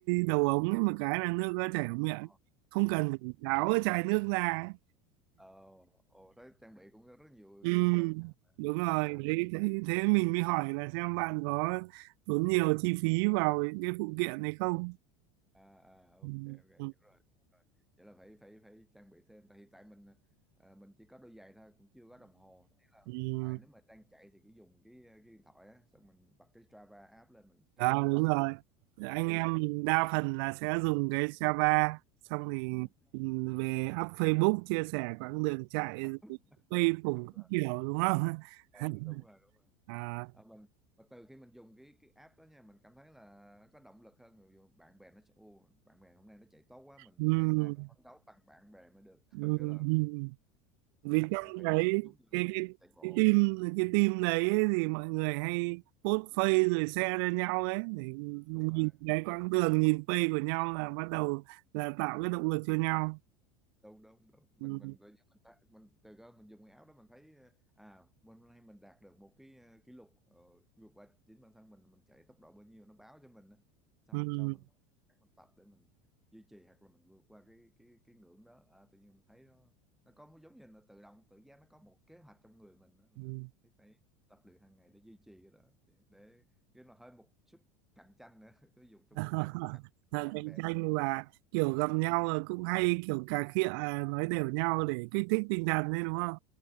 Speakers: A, on the right; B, in the centre.
A: đầu ống ấy một cái là nước nó chảy vào miệng
B: ờ
A: không cần phải tháo cái chai nước ra ấy.
B: ờ ồ, thấy trang bị cũng có rất nhiều
A: Ừ,
B: phụ tùng
A: đúng rồi
B: chạy bộ nha
A: đấy thế, thế mình mới hỏi là xem bạn có tốn nhiều chi phí vào những cái phụ kiện này không
B: à à ok
A: ừ,
B: ok
A: ừ,
B: hiểu rồi, hiểu rồi vậy là phải phải phải trang bị thêm tại hiện tại mình à, mình chỉ có đôi giày thôi cũng chưa có đồng hồ thế là
A: ừ. ừ.
B: tại nếu mà đang chạy thì cứ dùng cái à, cái điện thoại á xong mình bật cái Strava app lên mình tracking
A: À, đúng
B: cái
A: rồi. Anh
B: cái bệnh
A: em
B: rồi
A: mình đa phần là sẽ dùng cái Java xong thì
B: đúng không
A: ừm, về up Facebook chia sẻ quãng đường chạy
B: <laughs>
A: rồi quay phủng
B: đúng
A: các
B: rồi
A: kiểu đúng không?
B: Ờ,
A: <laughs>
B: đúng rồi đúng rồi
A: À,
B: Ờ, mình và từ khi mình dùng cái cái app đó nha mình cảm thấy là nó có động lực hơn người dùng bạn bè nó sẽ ô bạn bè hôm nay nó chạy tốt quá mình
A: ừm,
B: phải mai mình phấn đấu bằng bạn bè mới được <laughs>
A: ừm,
B: kiểu là
A: ừm.
B: ờ,
A: Vì trong
B: phải phải
A: cái
B: xuống đường
A: cái cái
B: chạy bộ
A: cái team cái team đấy ấy, thì mọi người hay post face rồi share cho nhau ấy để
B: đúng rồi
A: nhìn cái quãng đường nhìn face của nhau là bắt đầu là tạo cái động lực cho nhau.
B: đúng đúng đúng mình
A: Ừm,
B: mình tự nhiên mình thấy- mình từ cơ mình dùng cái áo đó mình thấy ờ, à mình hôm nay mình đạt được một cái ờ, kỷ lục ờ, vượt qua chính bản thân mình mình chạy tốc độ bao nhiêu nó báo cho mình á sau
A: ừm,
B: hôm sau mình mình tập để mình duy trì hoặc là mình vượt qua cái cái cái ngưỡng đó à, tự nhiên mình thấy nó nó có một giống như là tự động tự giác nó có một kế hoạch trong người mình đó,
A: ừm.
B: là phải phải tập luyện hàng ngày để duy trì cái đó để, để cái là hơi một chút cạnh tranh nữa <laughs> cứ dùng trong
A: <laughs>
B: mặt kép để cạnh với
A: cạnh
B: bạn bè
A: tranh
B: mình
A: và kiểu gặp nhau là cũng hay kiểu cà khịa à, nói đều nhau để kích thích tinh thần đấy đúng không?